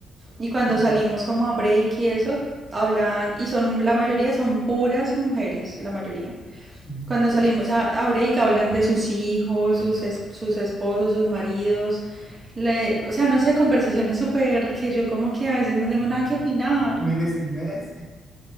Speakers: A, on the right (about 25°); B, on the left (about 20°).
A: Y cuando salimos como a break y eso, hablan, y son, la mayoría son puras mujeres, la mayoría.
B: <laughs>
A: Cuando salimos a, a break hablan de sus hijos, sus, es- sus esposos, sus maridos. le- o sea, no sé, conversaciones súper que yo como que a veces no tengo nada que opinar.
B: muy de señoras.